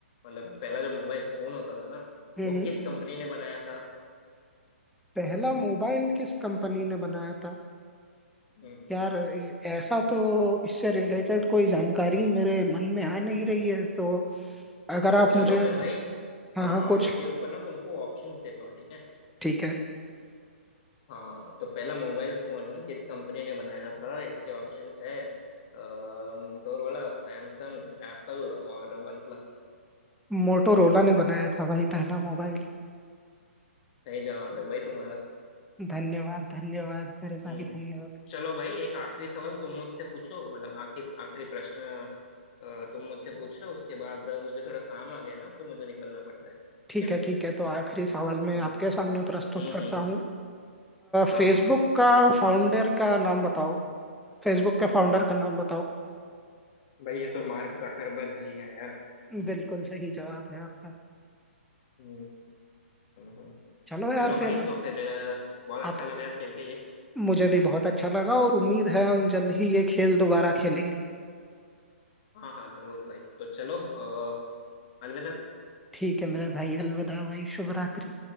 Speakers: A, on the left (about 35°); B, in the centre.
A: मतलब पहला जो मोबाइल फोन होता था ना
B: हम्म
A: वो किस कंपनी ने बनाया था
B: पहला मोबाइल किस कंपनी ने बनाया था
A: हम्म,
B: यार ए- ऐसा तो इससे रिलेटेड कोई जानकारी मेरे मन में आ नहीं रही है तो अगर आप
A: तो चलो
B: मुझे
A: मैं भाई
B: हाँ
A: हाँ
B: हाँ
A: हाँ
B: कुछ
A: इसके ऊपर ना तुमको ऑप्शंस देता हूँ ठीक है
B: ठीक है
A: हाँ तो पहला मोबाइल फोन किस कंपनी ने बनाया था इसके ऑप्शंस है आ, मोटोरोला सैमसंग एप्पल और वन प्लस
B: मोटोरोला ने बनाया था भाई पहला मोबाइल
A: सही जवाब है भाई तुम्हारा
B: धन्यवाद धन्यवाद मेरे
A: हम्म,
B: भाई धन्यवाद
A: चलो भाई एक आखिरी सवाल तुम मुझसे पूछो मतलब आखिरी आखिरी प्रश्न अ, तुम मुझसे पूछ लो उसके बाद अ, मुझे थोड़ा काम आ गया ना तो मुझे निकलना पड़ता है
B: ठीक
A: ठीक है
B: है ठीक है तो आखिरी सवाल मैं
A: हम्म
B: आपके सामने प्रस्तुत
A: हम्म
B: करता
A: हम्म हम्म।
B: हूँ
A: हाँ
B: फेसबुक
A: हाँ हाँ
B: का फाउंडर का नाम बताओ फेसबुक के फाउंडर का नाम बताओ
A: भाई ये तो मार्क जकरबर्ग जी हैं यार
B: बिल्कुल सही जवाब है आपका
A: हम्म हम्म हम्म।
B: चलो यार
A: चलो भाई
B: फिर
A: तो फिर अ, बहुत
B: आप
A: अच्छा लगा यार खेल के ये
B: मुझे भी बहुत अच्छा लगा और उम्मीद है हम जल्द ही ये खेल दोबारा खेलेंगे
A: हाँ हाँ जरूर भाई तो चलो अ, अलविदा
B: ठीक है मेरे भाई अलविदा भाई शुभ रात्रि